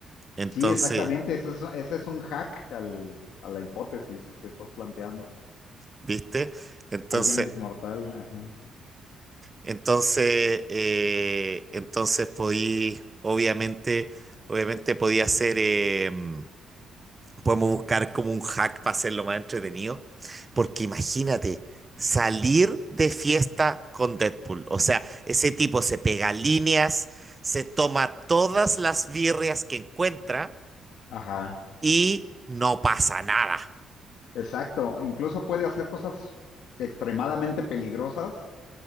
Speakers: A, on the right; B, on the left.
A: Entonces,
B: Sí, exactamente. Ese es, ese es un hack al, a la hipótesis que estás planteando.
A: ¿viste? Entonces,
B: Alguien inmortal, ajá.
A: entonces, eh, entonces podí, obviamente, obviamente podía ser... em, Podemos buscar como un hack para hacerlo más entretenido. Porque imagínate, salir de fiesta con Deadpool. O sea, ese tipo se pega líneas, se toma todas las birrias que encuentra
B: Ajá.
A: y no pasa nada.
B: Exacto. Incluso puede hacer cosas extremadamente peligrosas